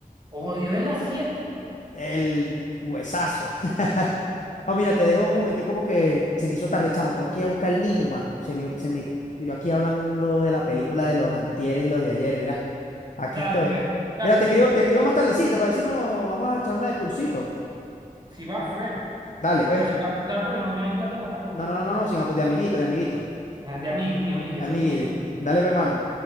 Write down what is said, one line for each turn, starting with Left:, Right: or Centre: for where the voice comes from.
Right: Ojo de Dios en la siete
Left: el huesazo. <laughs> No, mira, te dejo un momentico porque se me hizo tarde, chamo. Tengo que ir a buscar al niño, mano. Se me, se me, yo aquí hablando de la película de los antieres y los de ayeres, mira, aquí
Right: Dale,
Left: estoy.
Right: pues, date.
Left: Mira, te escribo, te escribo más tardecita para decirnos, vamos a echar una de pulsito.
Right: Si va a fuego.
Left: Dale, pues.
Right: Pero sin apostar porque no, no hay plata para estar apostando.
Left: No, no, no, no, sin apoyo, de amiguito, de amiguito.
Right: Ah, de amigui, de amigui.
Left: Amiguito.
Right: Esa sí me gusta.
Left: Dale, pe, mano.